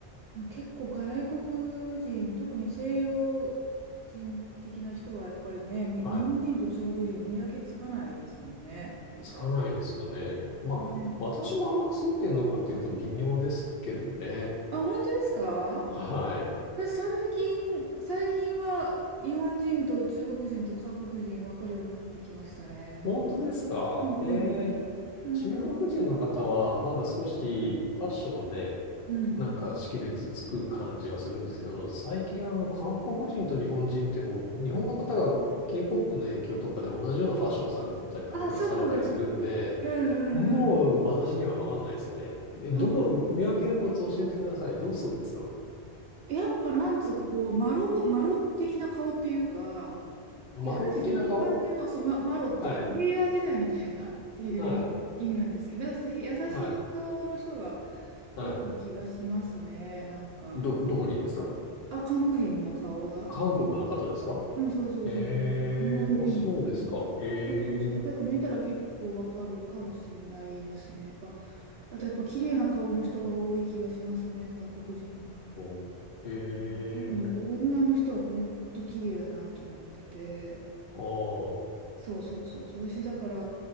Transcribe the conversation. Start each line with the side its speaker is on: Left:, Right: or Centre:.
Right: まあ結構外国人、特に西洋人的な人はやっぱりね、み日本人と中国人見分けつかないですもんね、
Left: はい。
Right: 大体。
Left: つかないですよね。まあ、
Right: ね
Left: 私もあんまついてんのかっていうと微妙ですけどね。
Right: あ、本当ですか
Left: はい。
Right: 私最近、最近は日本人と中国人と韓国人分かるようになってきましたね。なんか
Left: 本当ですかええ
Right: うんうんなんか、
Left: 中国人の方は、まだ少しファッションで、
Right: うん。
Left: なんか識別つく感じはするんですけど、最近あの、韓国人と日本人ってもう、日本の方が K-POP の影響とかで同じようなファッションされてたり、髪型されたりするんで、
Right: あ、そうなんです。うんうんうん。
Left: もう私にはわかんないですね。え、どこ、
Right: あ、ほん、
Left: 見分けるコツ教えてください。どうするんですか
Right: やっぱなんつうかこう、マロ、マロ的な顔っていうか、
Left: マロ的な顔
Right: 優しい感じの、そう、ま、マロっていうか、
Left: はい。
Right: 平安時代みたいなっていう意味なんですけど、
Left: はい。
Right: なんかちょっとへ優しい顔の人が
Left: はい。
Right: 多い気がしますね。
Left: はい。
Right: なんか、
Left: ど、どこにですか
Right: あ、韓国人の顔が。
Left: 韓国の方ですか
Right: うん、そうそうそうそうそう。
Left: ええー、
Right: 日本人に比べて
Left: あ、そうですか。ええ
Right: そうそうそう。多分見たら結構わかるかもしんないですね。やっぱ、あとやっぱ綺麗な顔の人が多い気がしますね、韓国人は。
Left: おー、
Right: うん特に女の人は本当綺麗だなと思ってて。
Left: ええおー、
Right: そうそうそうそう。私だから、